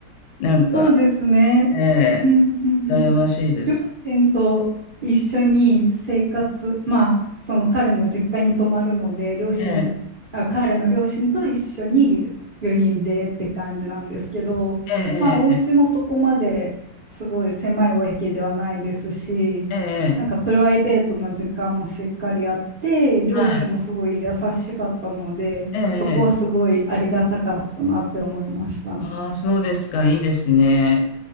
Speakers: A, on the left (about 85°); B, on the right (about 45°).
A: なんか、
B: そうですね。
A: え
B: うんうんうん。
A: え、羨ましいです。
B: 両親と一緒に生活、まあ、その彼の実家に泊まるので、両親、
A: ええ、
B: あ、彼の両親と一緒に4人でって感じなんですけど、
A: ええ、
B: まあ、お家もそこまですごい狭いわけではないですし、
A: ええ、ええ、ええ
B: なんかプライベートの時間もしっかりあって、両親もすごい優しかったので、
A: はい、ええ
B: そこはすごいありがたかったなって思いました。う
A: ああ、そうですか。いいですね。